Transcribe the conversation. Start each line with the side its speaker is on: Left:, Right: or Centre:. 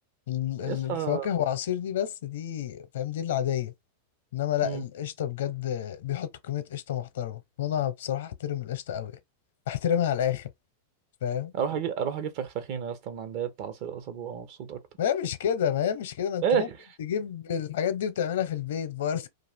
Left: ال-
Right: يسطا
Left: ال- الفواكه وعصير دي بس دي فاهم دي العادية انما لا
Right: مم.
Left: القشطة بجد بيحطوا كمية قشطة محترمة وانا بصراحة احترم القشطة قوي احترمها على الاخر فاهم
Right: اروح اجيب اروح اجيب فخفخينه يا اسطى من عند بتاع عصير قصب وابقى مبسوط اكتر
Left: ما هي مش كده ما هي مش كده ما انت
Right: ايه
Left: ممكن تجيب الحاجات دي وتعملها في البيت برضه